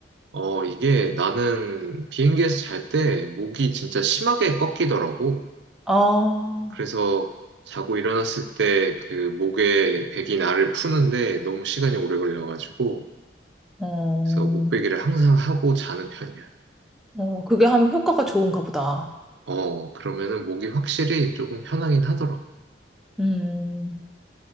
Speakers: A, on the right; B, in the centre.
A: 어 이게 나는 비행기에서 잘 때 목이 진짜 심하게 꺾이더라고.
B: 아,
A: 그래서 자고 일어났을 때 그 목에 백이 나를 푸는데 너무 시간이 오래 걸려가지고
B: 어,
A: 그래서 목베개를 항상 하고 자는 편이야.
B: 어, 그게 하면 효과가 좋은가 보다.
A: 어 그러면은 목이 확실히 조금 편하긴 하더라고.
B: 음.